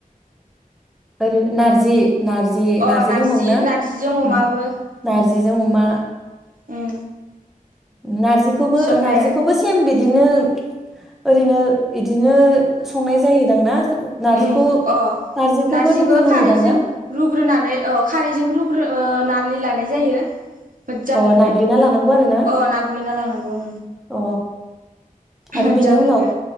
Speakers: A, in the centre; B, on the right (about 65°).
A: ओरैनो नारजि नारजि
B: अ
A: नारजि दंबावो ना
B: नारजिजों अमाबो
A: उम नारजिजों
B: उम
A: अमा।
B: उम
A: नारजिखौबो
B: संनो
A: नारजिखौबो
B: हायो आरो
A: सेम बिदिनो ओरैनो दिनो संनाय जायोदां ना? नारजिखौ
B: ओम अ
A: नारजिखौबो
B: नारजिखौ
A: रुग्रोनांगौदां
B: खारैजों
A: ना
B: रुग्रोनानै अ खारैजों रुग्रो ओ ओ नारलि लानाय जायो। मोजाङैनो
A: अ नाग्लिना लानांगौ आरो ना
B: अ नाग्रिरना लानांगौ।
A: अ आरो
B: मोज्जाङैनो
A: बेनि उनाव